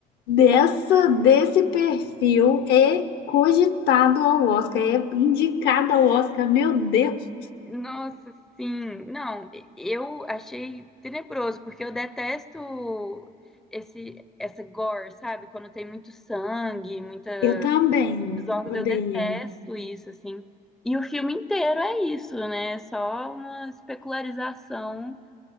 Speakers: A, on the left (about 75°); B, in the centre.
A: dessa, desse perfil é cogitado ao Oscar, é indicado ao Oscar, meu Deus!
B: Nossa, sim. Não, eu achei tenebroso, porque eu detesto esse, essa gore, sabe? Quando tem muito sangue, muita,
A: Eu também
B: muitos órgãos,
A: odeio.
B: eu detesto isso, assim. E o filme inteiro é isso, né? É só uma especularização